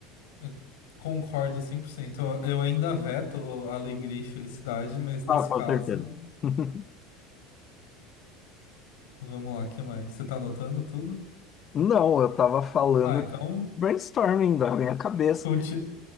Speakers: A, on the left; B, on the left.
A: eu concordo 100%. Eu eu ainda veto alegria e felicidade, mas nesse
B: Ah, com
A: caso,
B: certeza. <laughs>
A: vamos lá, o que mais? Você tá anotando tudo?
B: Não, eu tava falando
A: Ah, então
B: brainstorming da minha cabeça.
A: conti-